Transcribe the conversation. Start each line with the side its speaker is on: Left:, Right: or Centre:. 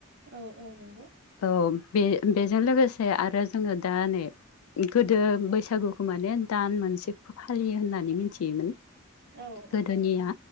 Right: औ औ नंगौ।
Left: औ बे बेजों लोगोसे आरो जोङो दा नै गोदो बैसागुखौ माने दान मोनसे फालियो होननानै मिथियोमोन।
Right: औ औ
Left: गोदोनिया